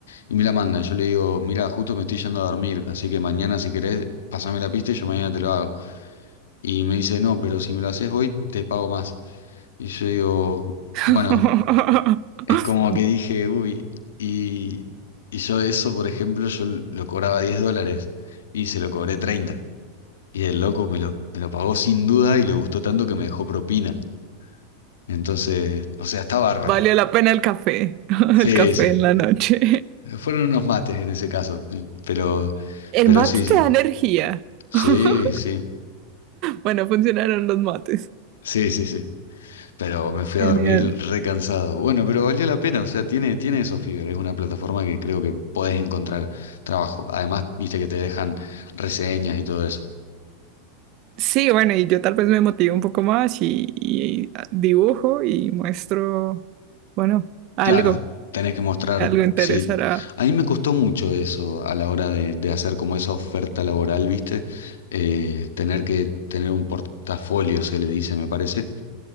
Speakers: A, on the left (about 85°); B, on the right (about 50°).
A: Y me la manda. Y yo le digo, mira, justo me estoy yendo a dormir, así que mañana si querés, pasame la pista y yo mañana te lo hago. Y me dice, no, pero si me lo haces hoy, te pago más. Y yo digo,
B: <laughs>
A: bueno, es como que dije, uy, y, y yo eso, por ejemplo, yo lo cobraba 10 dólares y se lo cobré treinta Y el loco me lo, me lo pagó sin duda y le gustó tanto que me dejó propina. Entonces, o sea, está bárbaro.
B: Valió la pena el café, <laughs>
A: Sí,
B: el café
A: sí.
B: en la noche.
A: Fueron unos mates en ese caso, pero,
B: El
A: pero
B: mate
A: sí, sí.
B: te da energía.
A: Sí,
B: <laughs>
A: sí.
B: Bueno, funcionaron los mates.
A: Sí, sí, sí. Pero me fui
B: Genial.
A: a dormir recansado. Bueno, pero valió la pena. O sea, tiene, tiene eso, Fiverr. Es una plataforma que creo que podés encontrar trabajo. Además, viste que te dejan reseñas y todo eso.
B: Sí, bueno, y yo tal vez me motivo un poco más y, y dibujo y muestro, bueno, algo,
A: Claro, tenés que mostrar.
B: algo interesará.
A: Sí. A mí me costó mucho eso a la hora de, de hacer como esa oferta laboral, viste. Eh, tener que tener un portafolio, se le dice, me parece.